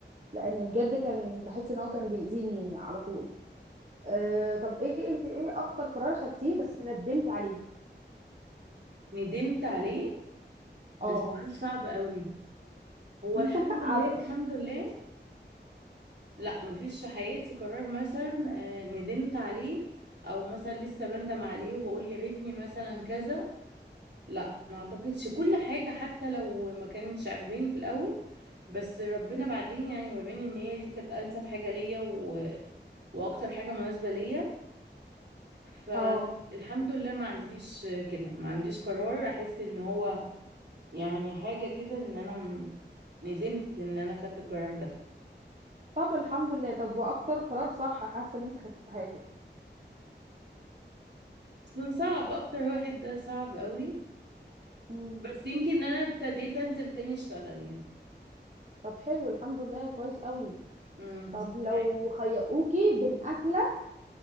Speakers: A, on the right; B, on the right.
A: لان بجد كان بحس ان هو كان بيأذيني على طول أه طب ايه انت ايه اكتر قرار خدتيه بس ندمت عليه
B: ندمت عليه
A: اه
B: ده سؤال صعب قوي هو الحمد
A: <laughs>
B: لله
A: عارفه
B: الحمد لله لا مفيش في حياتي قرار مثلا آه، ندمت عليه او مثلا لسه بندم عليه وبقول يا ريتني مثلا كذا لا ما اعتقدش كل حاجة حتى لو ما كانتش عجباني في الاول بس ربنا بعدين يعني وراني ان هي دي كانت انسب حاجة ليا و... واكتر حاجة مناسبة ليا فالحمد
A: اه
B: لله ما عنديش كده ما عنديش قرار احس ان هو يعني حاجة كده ان انا م- ندمت ان انا خدت القرار ده
A: طب الحمد لله طب واكتر قرار صح حاسه ان انت خدتيه في حياتك
B: اصلا صعب اكتر واحد ده صعب قوي
A: مم.
B: بس يمكن ان انا ابتديت انزل تاني اشتغل يعني
A: طب حلو الحمد لله كويس قوي
B: امم
A: طب لو
B: أيوة.
A: خيروكي بين أكلة